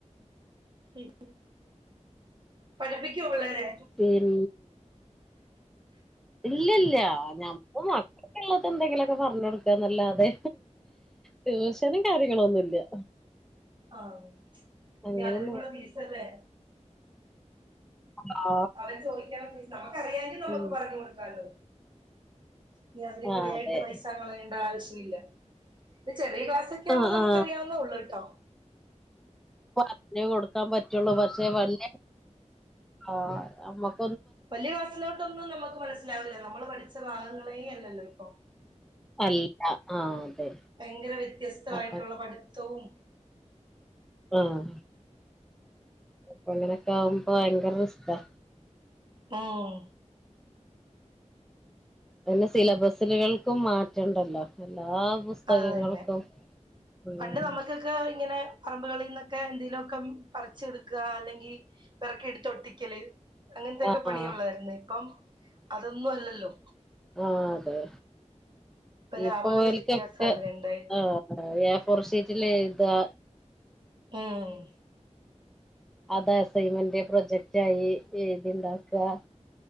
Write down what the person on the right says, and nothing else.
ഉം ഉം പഠിപ്പിക്കോ പിള്ളാരെ
ആഹ്
ഇനി അതിനും കൂടെ ഫീസല്ലേ
അവര് ചോദിക്കണം നമ്മക്കറിയാങ്കിൽ നമ്മക്ക്
പറഞ്ഞ് കൊടുക്കാല്ലോ ഇനി അതിനും
കൂടി ആയിട്ട്
പൈസ കളയേണ്ട ആവശ്യല്ലാ ഇപ്പ ചെറിയ ക്ലാസ്സൊക്കെ
ആവുമ്പോ നമുക്കറിയാവുന്നേ
ഉള്ളൂട്ടോ
വല്യ ക്ലാസ്സിലോട്ടൊന്നും നമ്മക്ക് മനസ്സിലാവില്ലാ നമ്മള് പഠിച്ച ഭാഗങ്ങളേ അല്ലല്ലോ ഇപ്പം
ഭയങ്കര വ്യത്യസ്തമായിട്ടുള്ള
പഠിത്തവും
ഉം
അത് തന്നെ
പണ്ട് നമുക്കൊക്കെ ഇങ്ങനെ പറമ്പുകളീന്നൊക്കെ എന്തെലു ഒക്കെ പറിച്ചെടുക്കാ അല്ലെങ്കി പെറക്കി എടുത്ത് ഒട്ടിക്കല് അങ്ങൻത്തൊക്കെ
പണിയേ
ഒള്ളായിരുന്നു ഇപ്പം അതൊന്നും അല്ലല്ലോ
ഇപ്പൊ
രാപകല്
വ്യത്യാസം അത് രണ്ടായിട്ട്
ഏഹ്